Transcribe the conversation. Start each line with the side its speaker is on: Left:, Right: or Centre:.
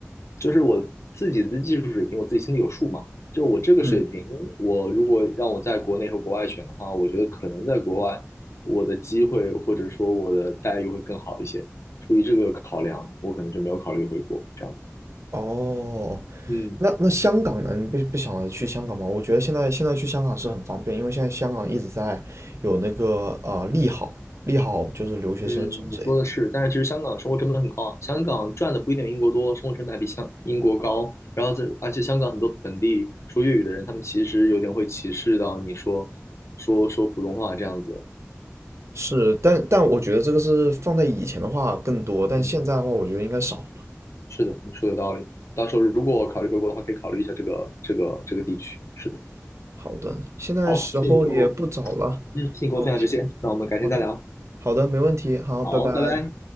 Left: 就是我自己的技术水平，我自己心里有数嘛。就我这个水平，
Right: 嗯。
Left: 我如果让我在国内和国外选的话，我觉得可能在国外我的机会或者说我的待遇会更好一些。出于这个考量，我可能就没有考虑回国这样子。
Right: 哦，
Left: 嗯。
Right: 那那香港呢？你不不想着去香港吗？我觉得现在现在去香港是很方便，因为现在香港一直在有那个呃利好，利好就是留学生什么之类的。
Left: 嗯，你说的是，但是其实香港生活成本很高啊，香港赚的不一定英国多，生活成本还比香英国高。然后在，而且香港很多本地说粤语的人，他们其实有点会歧视到你说说说普通话这样子。
Right: 是，但但我觉得这个是放在以前的话更多，但现在的话我觉得应该少。
Left: 嗯，
Right: 了。
Left: 是的，你说的有道理。到时候如果考虑回国的话，可以考虑一下这个这个这个地区。是的，
Right: 好的，现在时候也不早了，
Left: 好，谢谢你跟我，嗯，谢谢你跟我分享这些，
Right: 那我们先，
Left: 那我们改天再聊。
Right: 好的，好的，没问题，好，
Left: 好，
Right: 拜拜。
Left: 拜拜。